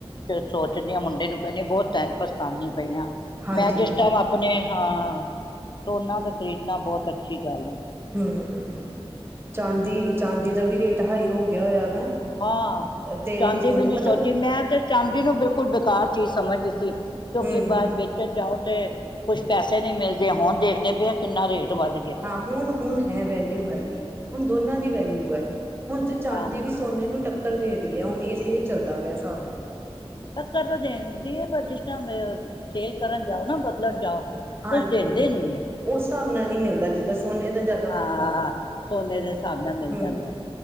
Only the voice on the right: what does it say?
ਹਾਂਜੀ
ਹੰਮ ਚਾਂਦੀ- ਚਾਂਦੀ ਦਾ ਵੀ ਰੇਟ ਹਾਈ ਹੋ ਗਿਆ ਹੋਇਆ ਵੈ
ਤੇ
ਸੋਨ
ਮਤਲਬ
ਹੂੰ
ਹਾਂ ਹੁਣ- ਹੁਣ ਹੈ ਵੈਲਿਊ ਹੈਗੀ ਹੁਣ ਦੋਨਾਂ ਦੀ ਵੈਲਿਊ ਹੈ। ਹੁਣ ਤੇ ਚਾਂਦੀ
ਵੀ ਸੋਨੇ ਨੂੰ ਟੱਕਕਰ ਕਰ ਦੇ ਰ ਹੈ ਹੁਣ ਇਹ ਇਹ ਚੱਲਦਾ ਪਿਆ ਹਿਸਾਬ
ਹਾਂਜੀ
ਹਾਂਜੀ
ਉਸ ਹਿਸਾਬ ਨਾਲ ਨਹੀਂ ਮਿਲਦਾ ਜਿੱਦਾਂ ਸੋਨੇ ਦਾ ਜ਼ਿਆਦਾ
ਫਾਇਦਾ ਵਾ
ਹੂੰ